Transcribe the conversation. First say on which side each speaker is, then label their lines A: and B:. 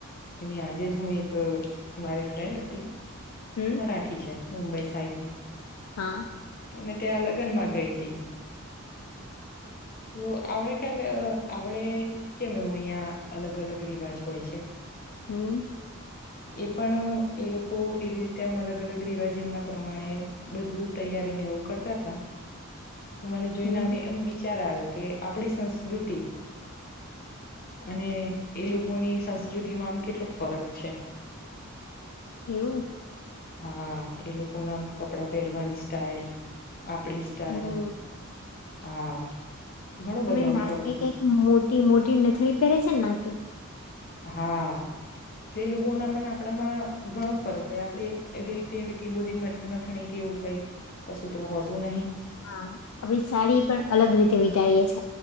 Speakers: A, on the left (about 45°); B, on the left (about 70°).
A: એની આજે જ હું એક મારી ફ્રેન્ડ હતી.
B: હમ
A: મરાઠી છે. મુંબઈ સાઈડની.
B: હા.
A: અમે ત્યાં લગ્ન માં ગઈ હતી. તો આવડે કે આવડે કેમ એવું અહિયા અલગ અલગ રિવાજ હોય છે.
B: હમ્મ.
A: એ પણ એ લોકો એવી રીતે આમ અલગ-અલગ રિવાજ જેમના પ્રમાણે બધું તૈયારીને એવું કરતા હતા. મને જોઈને
B: હમ
A: એમ. કે આપણી સંસ્કૃતિ અને એ લોકોની સંસ્કૃતિમાં આમ કેટલો ફરક છે.
B: એવું.
A: હા એ લોકો નામ કપડાં પહેરવાની સ્ટાઈલ આપડી સ્ટઇલ
B: હમ
A: હા. ઘણો બધો
B: એ
A: આમ
B: નાકે
A: ફરક
B: કઈક
A: જો
B: મોટી મોટી નથળી પહેરે છે ને નાકે
A: હા એટલે એ લોકો ના મને આપણામાં ઘણો ફરક હોય આપડે એવી રીતે એટલી બધી નથણી કે એવું કઈ કશું તો હોતું નહી.
B: હા આપડી સાડી પણ અલગ રીતે <unintelligible> છે